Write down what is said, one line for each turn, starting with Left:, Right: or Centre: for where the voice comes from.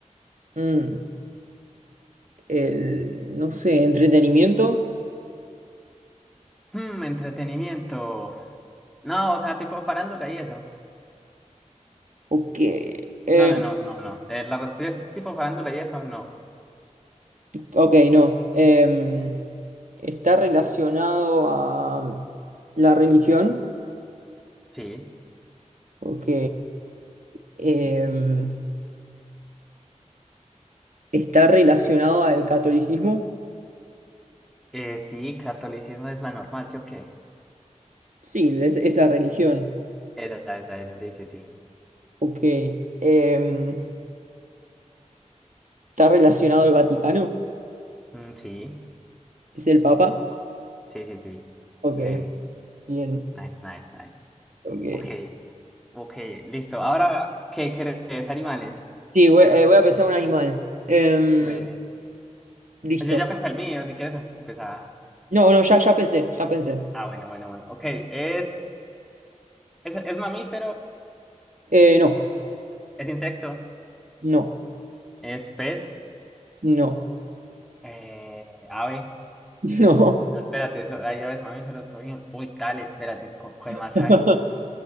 Right: mm, el, no sé, entretenimiento.
Centre: Hmm, entretenimiento. No, o sea, tipo farándula y eso.
Right: Ok. em,
Centre: No, no, no, no, no. Eh, la cuestión es tipo farándula y eso, no.
Right: ok, no. Em, está relacionado a mm, la religión.
Centre: Sí.
Right: Ok. Em, está relacionado al catolicismo.
Centre: Eh, sí, catolicismo es la normal, ¿sí o qué?
Right: Sí, es, esa religión.
Centre: Esa, esa, esa, sí, sí, sí.
Right: Ok. Em, está relacionado al Vaticano.
Centre: Mm, sí,
Right: Es el Papa.
Centre: sí, sí, sí.
Right: Ok.
Centre: Eh,
Right: Bien,
Centre: nice, nice, nice.
Right: ok.
Centre: Ok, ok, listo. Ahora, ¿qué querés, animales?
Right: Sí, voy, eh, voy a pensar un animal. Em,
Centre: Breve.
Right: listo.
Centre: Yo ya pensé el mío, si quieres empezar.
Right: No, no, ya, ya pensé, ya pensé.
Centre: Ah, bueno, bueno, bueno. Ok, es, es, es mamífero,
Right: Eh, no,
Centre: es insecto,
Right: no,
Centre: es pez,
Right: no,
Centre: eh, ave.
Right: <laughs> no.
Centre: No, Espérate, eso, hay aves mamíferos, todo bien. Uy, tal, espérate, co- ¿qué
Right: <laughs>
Centre: más hay?